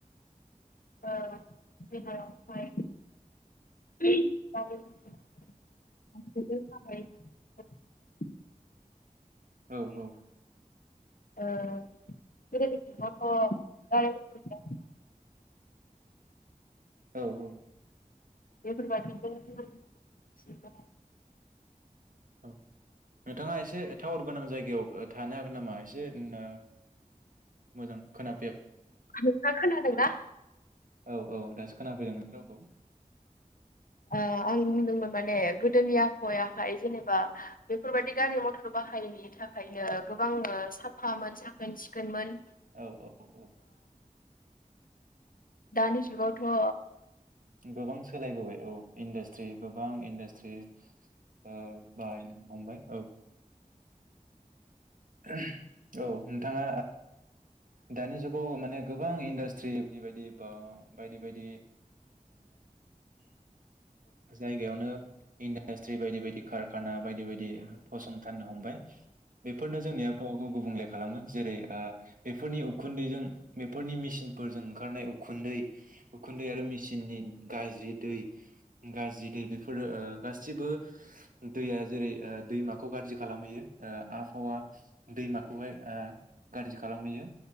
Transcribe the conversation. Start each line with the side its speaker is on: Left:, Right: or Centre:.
Left: औ। ओमफाय? <unintelligible>
Right: औ औ।
Left: ओ गीदीनि जुगावथ'।
Right: औ औ।
Left: बेफीर बायदिजीं <unintelligible>
Right: औ नोंथाङा एसे टावर गोनां जायगायाव थानो हागोन नामा? एसे ओ मोजां खोना
Left: नोंथां आं खोनादों ना?
Right: औ औ दासो खोनाफैदों नोंनि रावखौ।
Left: अ आं बुंदोंमोन माने गोदोनि आबहावायाहाय जेनेबा, बेफोरबायदि गारि मथर बाहायिनि थाखायनो गोबां साफामोन साखोन सिखोनमोन।
Right: औ औ औ।
Left: दानि जुगावथ'
Right: गोबां सोलायबोबाय औ इन्डास्ट्रि गोबां इनडास्ट्रि थ्रि बाहायनो हमबाय औ। <inaudible> औ नोंथाङा दानि जुग गाव माने गोबां इन्डास्ट्रि बायदि बा बायदि बायदि जायगायावनो इन्डासट्रि बायदि बायदि कारखाना बायदि बायदि फसंथाननो हमबाय। जोंनि <unintelligible> गुबुंले खालामो जेरैै ओ बेफोरनि उखुन्दैजों बेफोरनि मेसिनफोरजों ओंखारनाय उखुन्दै उखुन्दै आरो मेसिननि गाज्रि दै गाज्रि दै बेफोरो ओ गासिबो दैया जेरै दैमाखौ गारजि खालामहैयो हावा दैमा गुबै आ गाज्रि खालामहैयो